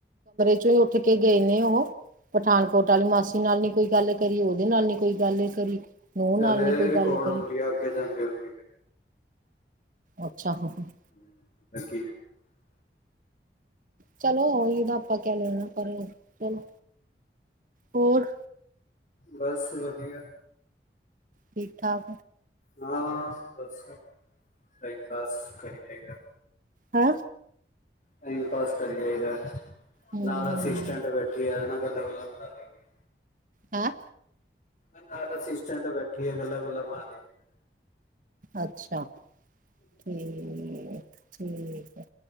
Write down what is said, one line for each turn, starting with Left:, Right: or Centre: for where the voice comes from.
Right: ਜਦੋਂ ਉੱਠ ਕੇ ਗਏ ਨੇ ਉਹ ਪਠਾਨਕੋਟ ਵਾਲੀ ਮਾਸੀ ਨਾਲ ਨੀ ਕੋਈ ਗੱਲ ਕਰੀ ਉਹ। ਉਹਦੇ ਨਾਲ ਨ ਕੋਈ ਗੱਲ ਕਰੀ ਨੂੰਹ
Left: ਚੱਲ
Right: ਨਾਲ
Left: ਇਹ
Right: ਨੀ ਕੋਈ
Left: ਰਿਕਾਰਡ
Right: ਗੱਲ ਕਰੀ।
Left: ਹੁੰਦੀ ਆ ਅੱਗੇ ਜਾਂਦੀ ਹੁੰਦੀ ਆ
Right: ਅੱਛਾ। ਹਾਂ
Left: <unintelligible>
Right: ਚਲੋ ਉਹੀ ਨਾ ਆਪਾਂ ਕਹਿ ਲਿਆਣਾ ਪਰ ਚਲੋ ਹੋਰ?
Left: ਬਸ ਵਧੀਆ।
Right: ਠੀਕ ਠਾਕ?
Left: ਹਾਂ ਬਸ ਟਾਈਮ ਪਾਸ ਕਰੀ ਜਾਇਦਾ।
Right: ਹਮ।
Left: ਟਾਈਮ ਪਾਸ ਕਰੀ ਜਾਏਦਾ
Right: ਹੂੰ
Left: ਨਾਲ
Right: ਹੂੰ
Left: ਅਸੀਂ ਸਟੈਂਟ ਬੈਠੀਏ ਗੱਲਾ ਗੱਲਾ ਕਰਾ ਲਈਦੀ ਹੈ।
Right: ਹੈਂ
Left: ਨਾਲ ਅਸਿਸਟੈਂਟ ਬੈਠੀ ਆ ਗੱਲਾਂ ਗੱਲਾਂ ਮਾਰ ਲਈਦੀ ਹੈਂ।
Right: ਅੱਛਾ ਠੀਕ ਹੈ। ਠੀਕ ਹੈ